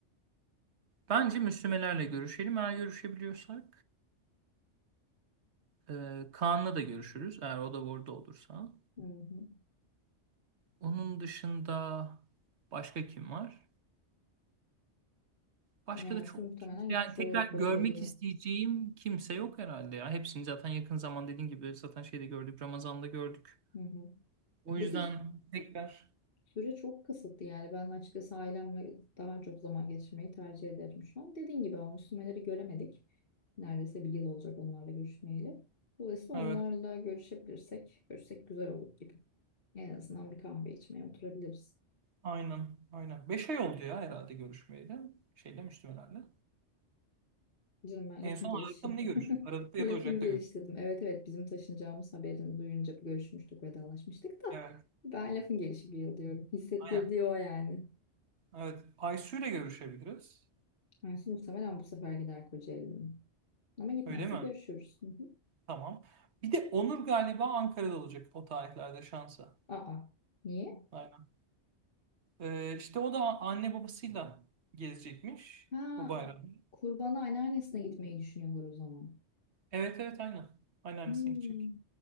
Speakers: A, on the right; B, on the left.
A: Bence Müslümelerle görüşelim. Eğer görüşebiliyorsak e, Kaan'la da görüşürüz. Eğer o da orada olursa.
B: Hı hı.
A: Onun dışında başka kim var? Başka
B: Yani
A: da
B: Su
A: çok
B: muhtemelen
A: yani
B: gitmiş
A: tekrar
B: olur Kocaeli'ye.
A: görmek isteyeceğim kimse yok herhalde ya. Hepsini zaten yakın zaman dediğim gibi zaten şeyde gördük. Ramazan'da gördük.
B: Hı hı.
A: O
B: Bir
A: yüzden
B: de
A: tekrar
B: Süre çok kısıtlı yani ben açıkçası ailemle daha çok zaman geçirmeyi tercih ederim şu an. Dediğin gibi o Müslümanları göremedik. Neredeyse bir yıl olacak onlarla görüşmeyeli. Dolayısıyla onlarla
A: evet
B: görüşebilirsek, görüşsek güzel olur gibi. En azından bir kahve içmeye oturabiliriz.
A: aynen aynen. Beş ay oldu ya herhalde görüşmeyeli. Şeyle Müslümelerle.
B: Canım ben
A: En
B: lafın
A: son
B: gelişi.
A: Aralık'ta mı ne görüştük?
B: <laughs>
A: Aralık'ta
B: Lafın
A: ya da Ocak'ta
B: gelişi
A: görüştük.
B: dedim. Evet evet bizim taşınacağımız haberini duyunca görüşmüştük, vedalaşmıştık da
A: Evet
B: ben lafın gelişi bir yıl diyorum. Hissettirdiği
A: aynen.
B: o yani.
A: Evet. Aysu ile görüşebiliriz.
B: Yani muhtemelen bu sefer gider Kocaeli'nin. Ama gitmezse
A: Öyle mi?
B: görüşürüz. Hı hı.
A: Tamam. Bir de Onur galiba Ankara'da olacak o tarihlerde şansa.
B: Aa, niye?
A: Aynen. Ee, işte o da anne babasıyla gezecekmiş
B: Ha,
A: bu bayramı.
B: kurbanı anneannesine gitmeyi düşünüyorlar o zaman.
A: Evet evet aynen. Anneannesine
B: Hmm.
A: gidecek.